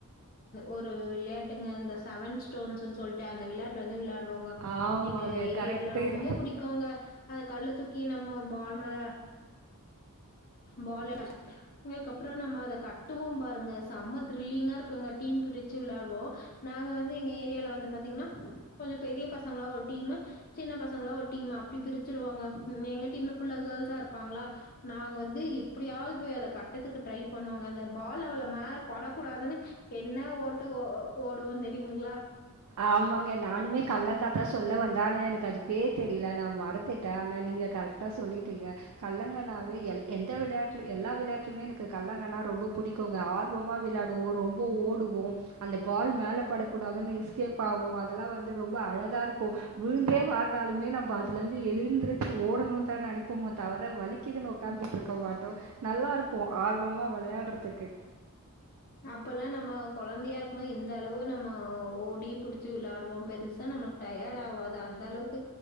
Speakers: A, on the left (about 40°); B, on the right (about 70°).
A: ஒரு விளையாட்டுங்க இந்த செவன் ஸ்டோன்ஸ் சொல்லிட்டு அந்த விளையாட்டு வந்து விளையாடுவாங்க
B: ஆமாங்க.
A: எங்க ஏரியால
B: கரெக்ட்டு.
A: ரொம்ப பிடிக்கும்ங்க அத கல்ல தூக்கி நம்ம பால் மரா <unintelligible> பால் அதுக்கப்புறம் நம்ம அத கட்டுவோம் பாருங்க செம திரில்லிங்கா இருக்கும்ங்க டீம் பிரிச்சு விளையாடுவோம் நாங்க வந்து எங்க ஏரியால வந்து பாத்தீங்கன்னா கொஞ்சம் பெரிய பசங்களா ஒரு டீம் சின்ன பசங்களா ஒரு டீம் அப்படி பிரிச்சிருவாங்க உம் எங்க டீம்ல ஃபுல்ல கேல்சா இருப்பாங்களா நாங்க வந்து எப்படியாவது போய் அத கட்ட படத்துக்கு ட்ரை பண்ணுவாங்க அந்த பால் அவ்ள மேல படக்கூடாதுன்னு என்ன ஓட்டு ஓ ஓடுவோம் தெரியுங்களா
B: ஆமாங்க நானுமே கல்லங்கா தான் சொல்ல வந்தேன் ஆனா எனக்கு அது பேர் தெரியல நான் மறத்துட்டேன் ஆனா நீங்க கரெக்டா சொல்லிட்டீங்க கல்லங்கண்ணாவே எந்த விளையாட்டுல எல்லா விளையாட்டுிலயுமே எனக்கு கல்லங்கண்ணா ரொம்ப பிடிக்கும்ங்க ஆர்வமா விளையாடுவோம் ரொம்ப ஓடுவோம் அந்த பால் மேல படக்கூடாதுன்னு கேப்பாகும் அதெல்லாம் வந்து ரொம்ப அழகா இருக்கும் விழுந்தே வர்னாலுமே நம்ம அதுல இருந்து எழுந்திருச்சு ஓடணும்னு தான் நினைப்போமே தவிர வலிக்குதுன்னு உக்காந்துட்டு இருக்க மாட்டோம் நல்லா இருக்கும் ஆர்வமா விளையாடுறதுக்கு
A: அப்பலாம் நம்ம குழந்தையா இருக்கும் போது இந்த அளவு நம்ம ஓடி புடிச்சு விளையாடுவோம் பெருசா நமக்கு டயர்ட் ஆவாது அந்த அளவுக்கு